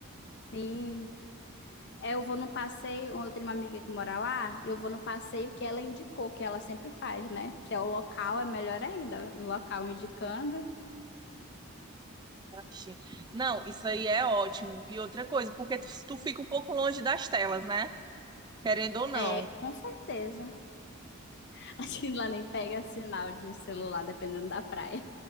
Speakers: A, on the left; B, on the right.
A: Sim. É, Eu vou no passeio, eu tenho uma amiga que mora lá, eu vou no passeio que ela indicou, que ela sempre faz, né? Se é o local, é melhor ainda, o local indicando.
B: Ixi. Não, isso aí é ótimo. E outra coisa, porque tu, tu fica um pouco longe das telas, né? Querendo ou não.
A: É, com certeza. <laughs> Acho que lá nem pega sinal de celular, dependendo da praia.